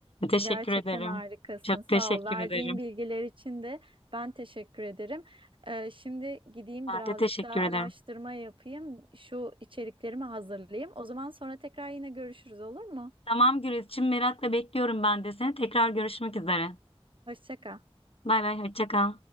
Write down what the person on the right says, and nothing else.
Gerçekten
harikasın.
Sağ
ol. Verdiğin
bilgiler için de ben teşekkür ederim. Ee, şimdi gideyim
birazcık
daha araştırma
yapayım. Şu içeriklerimi hazırlayayım. O zaman sonra tekrar yine görüşürüz olur mu?
Hoşça kal.